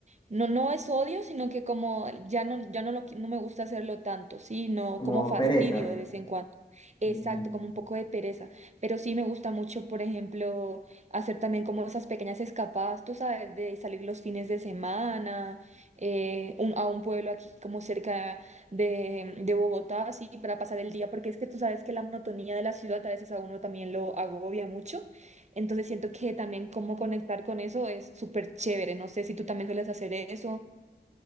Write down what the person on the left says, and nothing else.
como
pereza.
Ujú.